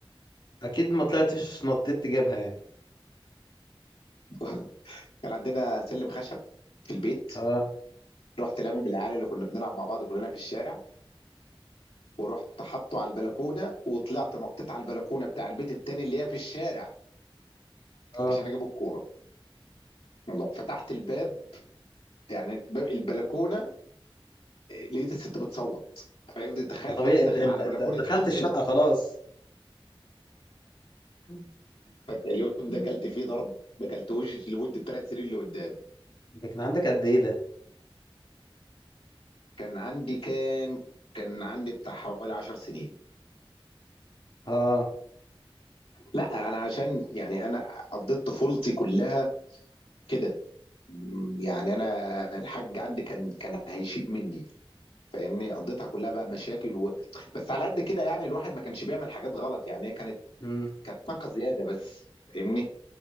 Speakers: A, on the left; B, on the left.
A: اكيد ما طلعتش نطيت تجيبها يعني
B: <laughs> كان عندنا سلم خشب في البيت
A: اه
B: رحت لامم العيال اللي كنا بنلعب مع بعض كلنا في الشارع ورحت حاطه على البلكونه وطلعت نطيت على البلكونه بتاع البيت التاني اللي هي في الشارع
A: اه
B: عشان اجيب الكوره والله فتحت الباب يعني باب البلكونه لقيت الست بتصوت فاهم تخيل
A: ما طبيعي
B: حد داخل
A: انت انت
B: على
A: انت
B: بلكونه
A: دخلت
B: حد
A: الشقه خلاص <laughs>
B: فاليوم ده
A: مم.
B: اكلت فيه ضرب ما اكلتوش لمده ثلاث سنين اللي قدام
A: ده كان عندك قد ايه ده
B: كان عندي كام كان عندي بتاع حوالي 10 سنين
A: اه
B: لا انا عشان يعني انا قضيت طفولتي كلها كده م- يعني انا الحاج عندي كان كان هيشيب مني فاهمني قضيتها كلها بقى مشاكل و... بس على قد كده يعني الواحد ما كانش بيعمل حاجات غلط يعني هي كانت
A: امم
B: كانت طاقه زياده بس فاهمني